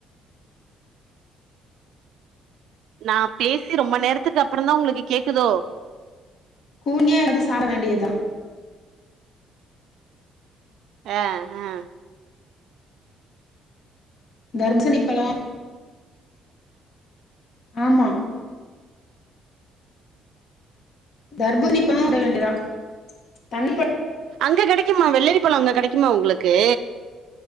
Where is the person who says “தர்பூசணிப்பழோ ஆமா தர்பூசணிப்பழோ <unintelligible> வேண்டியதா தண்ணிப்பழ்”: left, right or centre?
Left